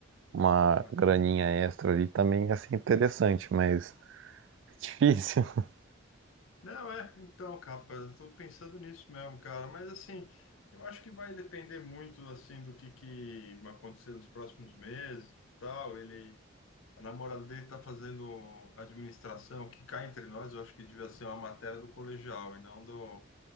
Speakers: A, on the right; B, on the left.
A: uma
B: A
A: graninha
B: renda.
A: extra ali, também ia ser interessante, mas é difícil. <laughs>
B: Não, é, então, cara, rapaz, eu tô pensando nisso mesmo, cara, mas assim, eu acho que vai depender muito, assim, do que que vai acontecer nos próximos meses e tal, ele, a namorada dele tá fazendo administração, que cá entre nós, eu acho que devia ser uma matéria do colegial e não do,